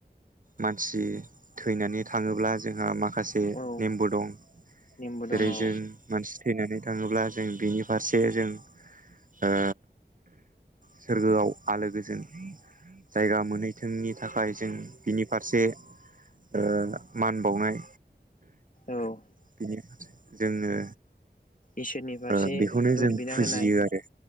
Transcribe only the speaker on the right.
मानसि थैनानै थाङोब्ला जोंहा माखासे
नेमबो दं।
जेरै
जों मानसि थैनानै थाङोब्ला जों बिनि फारसे जों ओ सोरगोआव आलो‌ गोजोन जों जायगा मोनहैथोंनि थाखाय जों बिनि फारसे ओ मान बावनाय
बिनि जोङो
ओ बेखौनो
जों
फुजियो
आरो